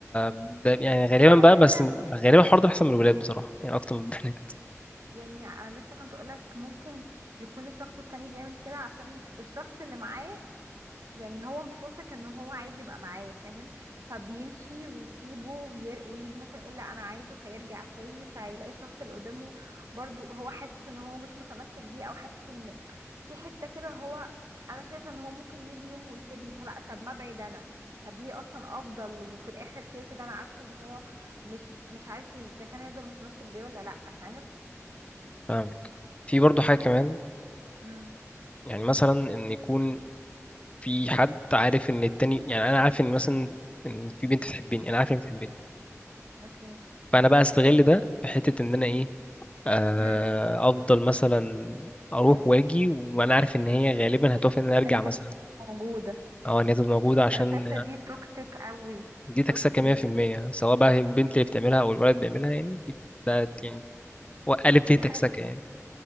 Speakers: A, on the left (about 25°); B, on the right (about 75°).
A: ده يعني غالبا
B: بس على
A: بقى
B: فكرة
A: بس غالبا الحوار ده بيحصل من الولاد بصراحة يعني اكتر من البنات
B: يعني لسه كنت اقولك ممكن يكون الشخص التاني بيعمل كده عشان الشخص اللي معاه يعني هو مش واثق ان هو عايز يبقى معايا فاهم فبيمشي ويسيبه وير... ويجي مثلا يقول لا انا عايزه فيرجع تاني فيلاقي الشخص اللي قدامه برضو هو حاسس ان هو مش متمسك بيه او حاسس ان في حتة كده هو انا شايفة ان هو ممكن يجي يوم ويسيبني فلا طب ما ابعد انا طب ليه اصلا افضل وفي الاخر كده كده انا عارفة ان هو مش مش عارف اذا كان هيفضل متمسك بيه ولا لا فاهم
A: فاهمك في برضه حاجة
B: ففي
A: كمان
B: امم
A: يعني مثلا ان يكون في حد عارف ان التاني يعني انا عارف ان مثلا ان في بنت بتحبني انا عارف ان هي بتحبني
B: اوكي
A: فانا بقى استغل ده في حته ان انا ايه آه،
B: امم
A: افضل مثلا اروح واجي وانا عارف ان هي غالبا هتوافق ان انا ارجع
B: ان
A: مثلا
B: هي موجودة
A: او ان هي تبقى موجوده عشان
B: الحتة دي توكسيك قوي
A: دي تكسكه
B: توكسيك
A: 100%
B: بت...
A: سواء بقى هي البنت اللي بتعملها او الولد بيعملها يعني دي- ده يعني هو الف
B: الحد...
A: ب تكسكه يعني